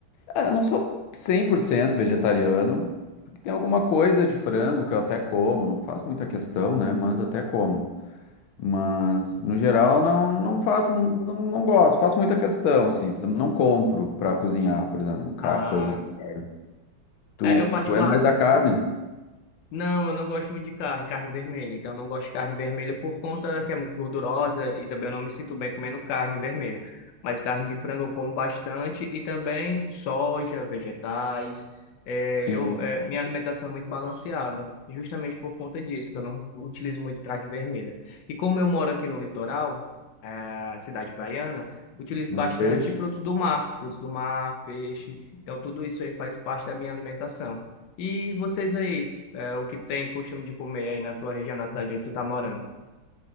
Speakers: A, on the left; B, on the left.
A: É, eu não sou 100% vegetariano. Tem alguma coisa de frango que eu até como, não faço muita questão, né? Mas até como. Mas, no geral, não, não faço, não, não gosto, faço muita questão, assim. Por exemplo, não compro pra cozinhar, por exemplo, ca-
B: Ah,
A: coisas com carne. Tu,
B: é, eu particular,
A: tu é mais da carne?
B: Não, eu não gosto muito de carne, carne vermelha. Então, eu não gosto de carne vermelha por conta que é muito gordurosa e também eu não me sinto bem comendo carne vermelha. Mas carne de frango eu como bastante e também soja, vegetais. É,
A: Sim.
B: eu, é, minha alimentação é muito balanceada, justamente por conta disso, que eu não utilizo muito carne vermelha. E como eu moro aqui no litoral, é, cidade praiana, utilizo
A: Muito
B: bastante
A: peixe?
B: frutos do mar, frutos do mar, peixe. Então, tudo isso aí faz parte da minha alimentação. E vocês aí? É, o que tem costume de comer aí na tua região, na cidade onde tu tá morando.